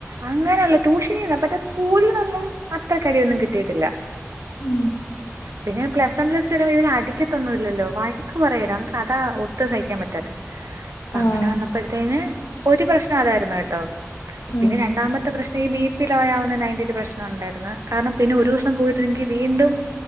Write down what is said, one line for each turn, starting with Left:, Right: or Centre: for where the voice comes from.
Right: അങ്ങനെയുള്ള ട്യൂഷനീന്ന് പക്ഷേ സ്കൂളീന്നൊന്നും അത്രക്ക് അടിയൊന്നും കിട്ടീട്ടില്ല.
Left: ഉം
Right: പിന്നെ പ്ലസ് വൺ പ്ലസ്റ്റു വരുമ്പോ ഇവര് അടിക്കത്തൊന്നുവില്ലല്ലോ വഴക്ക് പറയുവേലെ നമുക്കതാ ഒട്ടും സഹിക്കാൻ പ റ്റാത്തെ അപ്പ
Left: ആഹ്
Right: അങ്ങനെ വന്നപ്പഴത്തേന് ഒരു പ്രശ്നം അതായിരുന്നു കേട്ടോ
Left: ഉം
Right: പിന്നെ രണ്ടാമത്തെ പ്രശ്നം ഈ ബി പി ലോയാവുന്ന അയിന്റെ ഒരു പ്രശ്നം ഉണ്ടായിരുന്നു കാരണം പിന്നെ ഒരു ദിവസം പോയിട്ടില്ലങ്കിൽ വീണ്ടും